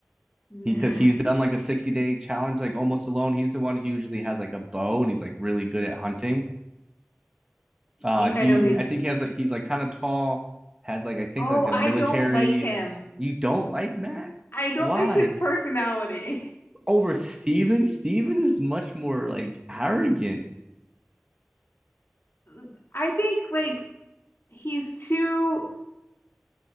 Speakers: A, on the left; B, on the right.
A: Man,
B: he because he's
A: I
B: done like a 60 day challenge like almost alone he's the one who usually has like a bow and he's like really good at hunting uh
A: think
B: he
A: I know who's.
B: i think he has like he's like kind of tall has like i think
A: Oh,
B: like a
A: I
B: military
A: don't like him.
B: you don't like matt
A: I don't
B: why
A: like his personality.
B: over steven steven is much more like arrogant
A: <laughs> I think like he's too